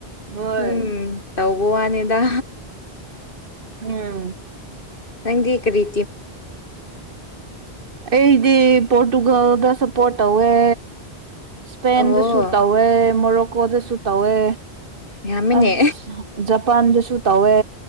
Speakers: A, on the right; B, on the left.
A: ꯍꯣꯏ
B: ꯎꯝ ꯇꯧꯕ ꯋꯥꯅꯤꯗ
A: ꯎꯝ
B: ꯅꯪꯗꯤ ꯀ ꯔꯔꯤ
A: ꯑꯩꯗꯤ ꯄꯣꯣꯔꯇꯨꯒꯜꯗ ꯁ ꯄꯣꯔꯠ ꯇꯧꯋꯦ ꯏꯁꯄꯦꯟꯗꯁꯨ
B: ꯑꯣ
A: ꯇꯧꯋꯦ ꯃꯣꯔꯣꯛꯀꯣꯗꯁꯨ ꯇꯧꯋꯦ
B: ꯌꯥꯝꯃꯤꯅꯦ
A: ꯑꯁ ꯖꯄꯥꯟꯗꯁꯨ ꯇꯧꯋꯦ